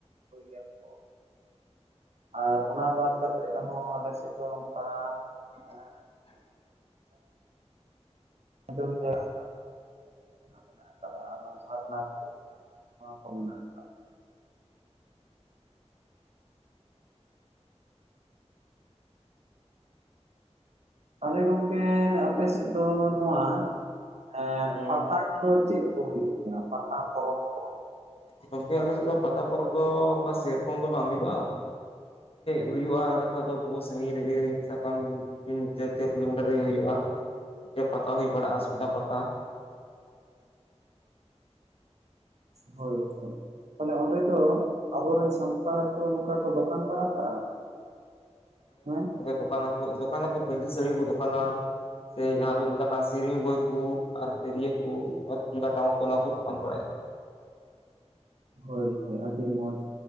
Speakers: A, on the right; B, on the left.
A: ᱤᱭᱟ ᱠᱚ <unintelligible> ᱟᱨ ᱚᱱᱟ ᱵᱟᱫ ᱠᱟᱛᱮ ᱨᱮᱦᱚᱸ ᱟᱞᱮ ᱥᱮᱫ ᱫᱚ ᱱᱚᱝᱠᱟ
B: <inaudible>
A: ᱮᱸ ᱟᱸᱡᱚᱢ ᱠᱷᱟ ᱠᱟᱫᱟ <unintelligible> ᱢᱮᱱᱟᱜ ᱟᱠᱟᱫᱟ ᱟᱨ ᱚᱱᱟ ᱡᱷᱟᱨᱱᱟ ᱠᱚ ᱱᱚᱣᱟ ᱠᱚ ᱢᱮᱱᱟᱜᱼᱟ ᱾ ᱛᱟᱦᱚᱞᱮ ᱜᱚᱝᱠᱮ ᱟᱯᱮ ᱥᱮᱫ ᱫᱚ ᱱᱚᱣᱟ ᱮ
B: ᱦᱩᱸ
A: ᱯᱟᱛᱟ ᱠᱚᱫᱚ ᱪᱮᱫ ᱠᱚ ᱦᱩᱭᱩ ᱜᱮᱭᱟ? ᱯᱟᱛᱟ ᱯᱚᱨᱚᱵᱽ ᱠᱚ
B: ᱜᱚᱝᱠᱮ ᱟᱞᱮ ᱫᱚ ᱯᱟᱛᱟ ᱯᱚᱨᱚᱵᱽ ᱫᱚ ᱚᱱᱠᱟ ᱥᱮᱨᱚᱠᱚᱢ ᱫᱚ ᱵᱟᱝ ᱦᱩᱭᱩᱜᱼᱟ ᱾ ᱦᱩᱭᱩᱜᱼᱟ ᱮᱠᱷᱟᱱ ᱫᱚ ᱟᱹᱵᱤ ᱥᱟᱺᱜᱤᱧ ᱨᱮᱜᱮ ᱥᱟᱠᱟᱢ ᱛᱤᱱ ᱪᱟᱨ ᱠᱤᱞᱳᱢᱤᱴᱟᱨ ᱨᱮ ᱦᱩᱭᱩᱜᱼᱟ ᱢᱤᱫᱴᱟᱱ ᱯᱟᱛᱟ ᱦᱩᱭ ᱵᱟᱲᱟᱜᱼᱟ ᱥᱩᱵᱤᱫᱷᱟ ᱯᱟᱛᱟ ᱾
A: ᱦᱳᱭ ᱦᱳᱭ ᱾ ᱛᱟᱦᱚᱞᱮ ᱚᱸᱰᱮ ᱫᱚ ᱟᱵᱚᱨᱮᱱ ᱥᱟᱱᱛᱟᱲ ᱠᱚ ᱱᱚᱝᱠᱟ ᱠᱚ ᱫᱚᱠᱟᱱ ᱵᱟᱲᱟ ᱠᱟᱜᱼᱟ ᱦᱮᱸ ᱾
B: ᱫᱚᱠᱟᱱ ᱟᱠᱚ ᱫᱚᱠᱟᱱ ᱯᱟᱹᱧᱪᱤ ᱥᱟᱹᱲᱤ ᱠᱚ ᱫᱚᱠᱟᱱᱟ ᱥᱮ ᱡᱟᱦᱟᱸ ᱫᱚ ᱢᱮᱛᱟᱜ ᱠᱟᱱ ᱥᱮᱨᱮᱧ ᱵᱳᱭ ᱠᱚ ᱟᱨ ᱛᱤᱨᱭᱟᱹᱠᱩ ᱛᱩᱢᱫᱟᱜ ᱴᱟᱢᱟᱠ ᱠᱚ ᱚᱱᱟ ᱠᱚ ᱫᱚᱯᱟᱱ ᱵᱟᱲᱟᱭᱟ ᱾
A: ᱦᱳᱭ ᱦᱳᱭ ᱾ ᱟᱹᱰᱤ ᱢᱚᱸᱡᱽ